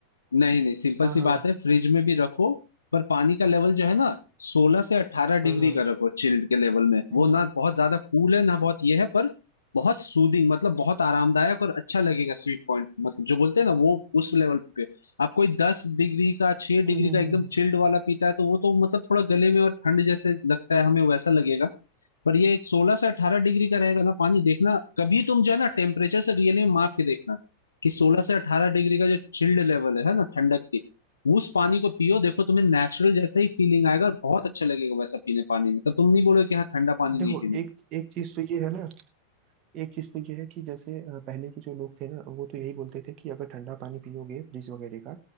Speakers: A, on the left; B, on the right.
A: नहीं नहीं सिंपल
B: हाँ
A: सी
B: हाँ
A: बात है फ्रिज में भी रखो पर पानी का लेवल जो है ना सोलह से अट्ठारह
B: हाँ
A: डिग्री
B: हाँ
A: का रखो चिल्ड के लेवल में वो
B: हम्म
A: ना
B: हम्म
A: बहुत ज्यादा कूल है ना बहुत ये है पर बहुत सूदिंग मतलब बहुत आरामदायक और अच्छा लगेगा स्वीट पॉइंट मतलब जो बोलते हैं ना वो उस लेवल पे आप कोई दस डिग्री का छह डिग्री
B: हम्म, हम्म,
A: का
B: हम्म।
A: एकदम चिल्ड वाला पीता है तो वो तो मतलब थोड़ा गले में और ठंड जैसे लगता है हमें वैसा लगेगा पर ये सोलह से अट्ठारह डिग्री का रहेगा ना पानी देखना कभी तुम जो है ना टेम्परेचर से रियली में माप के देखना कि 16 से 18 डिग्री का जो चिल्ड लेवल है ना ठंडक की उस पानी को पियो देखो तुम्हें नेचुरल जैसा ही फीलिंग आएगा और बहुत अच्छा लगेगा वैसा पीने पानी में तब तुम नहीं बोलोगे कि हाँ ठंडा पानी
B: देखो
A: नहीं पीना
B: एक एक चीज तो ये है ना एक चीज तो यह है कि जैसे अ, पहले के जो लोग थे ना वो तो यही बोलते थे कि अगर ठंडा पानी पियोगे फ्रिज वगैरह का